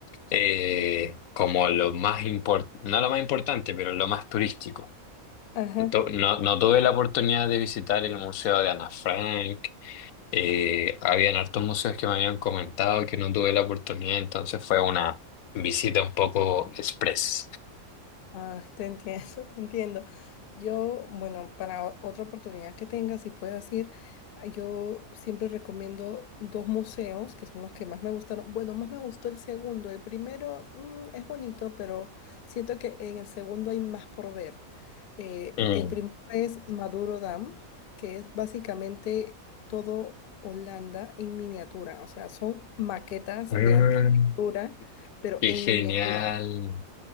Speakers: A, on the left; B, on the left.
A: eh, como lo más importante, no lo más importante, pero lo más turístico.
B: Ajá.
A: Ento- No, no tuve la oportunidad de visitar el Museo de Ana Frank, Eh, habían hartos museos que me habían comentado que no tuve la oportunidad, entonces fue una visita un poco express.
B: Ah, te entiendo, <laughs> te entiendo. Yo, bueno, para o- otra oportunidad que tengas, si puedes ir, ah, yo siempre recomiendo dos museos que son los que más me gustaron. Bueno, más me gustó el segundo. El primero, mm, es bonito, pero siento que en el segundo hay más por ver. Eh,
A: Mm.
B: el primero es Maduro Dam, que es básicamente todo Holanda en miniatura. O sea, son maquetas
A: Mm,
B: de arquitectura, pero
A: qué
B: en
A: genial.
B: miniatura.